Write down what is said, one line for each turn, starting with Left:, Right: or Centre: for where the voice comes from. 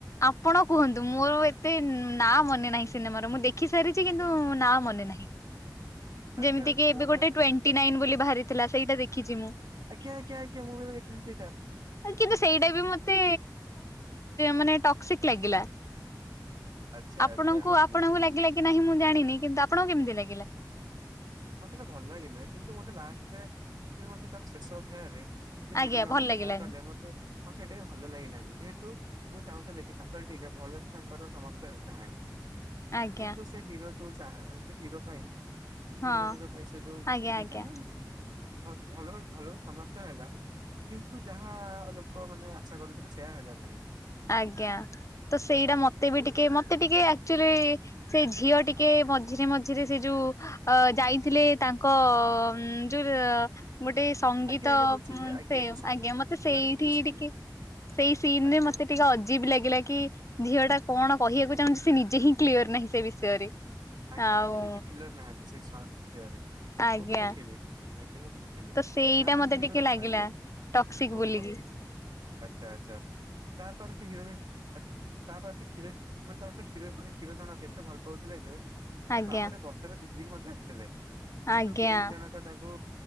Left: ଆପଣ କୁହନ୍ତୁ, ମୋର ଏତେ ନା ମନେ ନାହିଁ ସିନେମାର ମୁଁ ଦେଖି ସାରିଛି କିନ୍ତୁ ନା ମନେ ନାହିଁ।
Right: <unintelligible>
Left: ଯେମିତିକ
Right: ଆଚ୍ଛା ମୁଁ
Left: ଏବେ
Right: ତ
Left: ଗୋଟେ ଟ୍ୱଣ୍ଟି ନାଇନ ବୋଲି ବାହାରିଥିଲା ସେଇଟା ଦେଖିଛି ମୁଁ।
Right: ଆଜ୍ଞା ଆଜ୍ଞା ଆଜ୍ଞା ମୁଁ ବି ଦେଖି ଥିଲି ସେଟା।
Left: କିନ୍ତୁ ସେଇଟା ବି ମତେ ମାନେ ଟକ୍ସି ଟକ୍ସିକ ଲାଗିଲା
Right: ଆଚ୍ଛା
Left: ଆପଣଙ୍କୁ
Right: ଆଚ୍ଛା
Left: ଆପଣଙ୍କୁ
Right: ବୁଝିଲି।
Left: ଲାଗିଲା କି ନାହିଁ, ମୁଁ ଜାଣିନି କିନ୍ତୁ ଆପଣଙ୍କୁ କେମିତି ଲାଗିଲା?
Right: ମତେଟା ଭଲ ଲାଗିଲା। କିନ୍ତୁ ମତେ ଲାଷ୍ଟରେ କି ମତେ ତାର ଶେଷ ଅଧ୍ୟାୟରେ ସେ ହିରୋ
Left: ଆଜ୍ଞା
Right: ଜଣକ
Left: ଭଲ ଲାଗିଲାନି
Right: ଯାହା କହିଲେ ମତେ ମତେ ସେଇଟା ଭଲ ଲାଗିଲାନି, ଯେହେତୁ ମୁଁ ଚାହୁଁଥିଲି କି ତାଙ୍କର ଟିକେ ଭଲସେ ତାଙ୍କର ସମାପ୍ତ ହେଉ କାହାଣୀ,
Left: ଆଜ୍ଞା
Right: କିନ୍ତୁ ସେ ହିରୋ ଯୋଉ ହିରୋ ପାଇଁ ସେ
Left: ହଁ
Right: ହିରୋଟାନଙ୍କ ପାଇଁ ସେ ଯୋଉ
Left: ଆଜ୍ଞା ଆଜ୍ଞା।
Right: କା ସେ ଭଲରେ ଭଲରେ ସମାପ୍ତ ହେଲା। କିନ୍ତୁ ଯାହା ଲୋକ ମାନେ ଆଶା କରୁଥିଲେ, ସେୟା ହେଲା ନାହିଁ।
Left: ଆଜ୍ଞା ତ ସେଇଟା ମତେ ବି ଟିକେ ମତେ ଟିକେ ଆକ୍ଚୁଆଲି ସେଇ ଝିଅ ଟିକେ ମଝିରେ ମଝିରେ ସେ ଯୋଉ ଅ ଯାଇଥିଲେ ତାଙ୍କ ଅ ଯୋଉ ର ଗୋଟେ ସଙ୍ଗୀତ
Right: ଆଜ୍ଞା ଆଜ୍ଞା
Left: ଅ
Right: ବୁଝିଲି ଆଜ୍ଞା
Left: ସେ
Right: ସ
Left: ଆଜ୍ଞା ମତେ
Right: ସିଏ
Left: ସେଇଠି
Right: ଗୋଟେ ସି
Left: ହିଁ
Right: ସି
Left: ଟିକେ ସେଇ ସିିନରେ
Right: ଆଜ୍ଞା
Left: ମତେ ଟିକେ ଅଜୀବ ଲାଗିଲା କି! ଝିଅ ଟା କଣ କହିବାକୁ ଚାହୁଁଛି, ସେ ନିଜେ ହିଁ କ୍ଳିଅର ନହିଁ ସେ ବିଷୟରେ।
Right: ଆଜ୍ଞା।
Left: ଆଉ
Right: ଆଜ୍ଞା ସେ ନିଜେ କ୍ଳିଅର ନାହାନ୍ତି। ସେ <unintelligible>
Left: ଆଜ୍ଞା
Right: ମୁଁ ବି ଦେଖିଲି, ଆଜ୍ଞା ମୁଁ ବି ଦେଖିଲି
Left: ତ
Right: ତା
Left: ସେଇଟା
Right: ପରେ
Left: ମତେ
Right: ସେ ହେରୋ,
Left: ଟିକେ ଲାଗିଲା
Right: ଆଜ୍ଞା।
Left: ଟକ୍ସିକ
Right: ଓହୋ
Left: ବୋଲିକି।
Right: ଆଚ୍ଛା ଆଚ୍ଛା। ତାପରେ ସେ ହେରୋଇନ, ତା ପରେ ହେରୋଇନ ମାନେ ହେରୋ, ହେରୋ ଜଣକ ଭଲ ପାଉଥି ଲେ ଯେ, ସେ
Left: ଆଜ୍ଞା
Right: ବାହାରେ ବର୍ଷାରେ ଭିଜିକି ମଧ୍ୟ ଆସିଥିଲେ, କିନ୍ତୁ
Left: ଆଜ୍ଞା
Right: ହେରୋଇନ ଜଣକ ତା ଙ୍କୁ